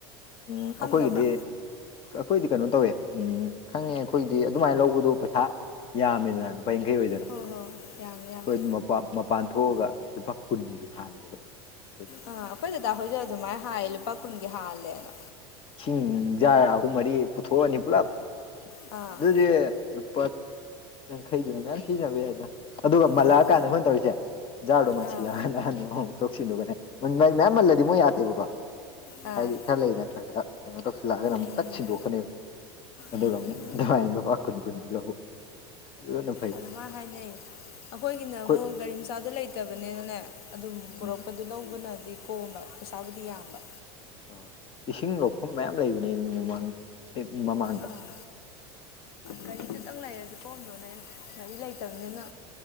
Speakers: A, on the left; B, on the left.
A: ꯎꯝ
B: ꯈꯪꯗꯕ꯭ꯔꯥ
A: ꯑꯩꯈꯣꯏꯒꯤꯗꯤ ꯑꯩꯈꯣꯏꯗꯤ ꯀꯩꯅꯣ ꯇꯧꯋꯦ ꯎꯝ ꯈꯪꯉꯦ ꯑꯩꯈꯣꯏꯗꯤ ꯑꯗꯨꯃꯥꯏꯅ ꯂꯧꯕꯗꯣ ꯄꯩꯁꯥ ꯌꯥꯝꯃꯤꯃꯦꯅ ꯂꯨꯄꯥ ꯌꯥꯡꯈꯩ ꯑꯣꯏꯗꯣꯏꯅ
B: ꯍꯣꯏ ꯍꯣꯏ ꯌꯥꯝꯃꯦ ꯌꯥꯝꯃꯦ
A: ꯣꯏ ꯃꯄꯥꯟ ꯊꯣꯛꯑꯒ ꯂꯨꯄꯥ ꯀꯨꯟꯒꯤ ꯍꯥꯟꯅꯦꯕ ꯑꯩꯈꯣꯏꯗꯤ
B: ꯑꯥ ꯑꯩꯈꯣꯏ ꯗꯗꯥ ꯍꯧꯣꯏꯖꯤꯛ ꯑꯗꯨꯃꯥꯏꯅ ꯍꯥꯏꯌꯦ ꯂꯨꯄꯥ ꯀꯨꯟꯒꯤ ꯍꯥꯜꯂꯦꯅ
A: ꯏꯁꯤꯡꯖꯥ ꯑꯍꯨꯝ ꯃꯔꯤ ꯄꯨꯊꯣꯛꯑꯅꯤ ꯄꯨꯂꯞ
B: ꯑꯥ
A: ꯑꯗꯨꯗꯤ ꯂꯨꯄꯥ ꯌꯥꯡꯈꯩꯗꯨꯅ ꯃꯌꯥꯝ ꯁꯤꯖꯤꯟꯅꯕ ꯌꯥꯏꯗ ꯑꯗꯨꯒ ꯃꯜꯂꯛꯑꯀꯥꯟꯗ
B: ꯑꯥ
A: ꯑꯩꯈꯣꯏꯅ ꯇꯧꯔꯤꯁꯦ ꯖꯥꯔꯗꯣ ꯃꯥꯥꯟꯁꯤꯜꯂꯒ
B: ꯑꯥ ꯑꯥ
A: ꯑꯍꯟꯕ ꯑꯃꯃꯨꯛ ꯇ‌ꯣꯛ ꯁꯤꯟꯗ‌ꯣꯛꯀꯅꯤ ꯃꯟꯕ ꯍꯥꯏ ꯃꯌꯥꯝ ꯃꯜꯂꯗꯤ ꯃꯣꯏ ꯌꯥꯗꯦꯕꯀꯣ
B: ꯑꯥ
A: ꯍꯥꯏꯗꯤ ꯈꯔ ꯂꯩꯗꯅ ꯈꯔ ꯈꯔ ꯀꯩꯅꯣ ꯇꯧꯁꯤꯜꯂꯛꯑꯒꯅ ꯑꯃꯨꯛ
B: ꯎꯝ
A: ꯇꯛ ꯁꯤꯟꯗꯣꯛꯀꯅꯦꯕ ꯑꯗꯨꯒ
B: ꯎꯝ ꯎꯝ
A: ꯑꯃꯨꯛ ꯑꯗꯨꯃꯥꯏꯅ ꯂꯨꯄꯥ ꯀꯨꯟ <unintelligible> ꯑꯗꯨꯅ ꯐꯩ
B: ꯑꯗꯨꯃꯥꯏ ꯍꯥꯏꯅꯩ ꯑꯩꯈꯣꯏꯒꯤꯅ
A: ꯑꯩꯈꯣꯏ
B: ꯑꯃꯨꯛ ꯒꯥꯔꯤ ꯃꯆꯥꯗꯣ ꯂꯩꯇꯕꯅꯤꯅꯅ‌ꯦ ꯑꯗꯨꯝ
A: ꯎꯝ
B: ꯄꯨꯔꯛꯄꯗ ꯑꯗꯨ ꯂꯧꯕꯅꯗꯤ ꯀꯣꯝꯕ ꯄꯩꯁꯥꯕꯨꯗꯤ ꯌꯥꯝꯕ
A: ꯑ ꯏꯁꯤꯡ ꯂꯧꯐꯝ ꯃꯌꯥꯝ ꯂꯩꯕꯅꯦ ꯑꯦꯝꯌꯨ ꯃꯃꯥꯡ ꯑꯦꯝꯌꯨ ꯃꯃꯥꯡꯗ
B: ꯑꯥ ꯒꯥꯔꯤ ꯗꯨꯇꯪ ꯂꯩꯔꯗꯤ ꯀꯣꯝꯗꯧꯅꯦ ꯒꯥꯔꯤ ꯂꯩꯇꯕꯅꯤꯅ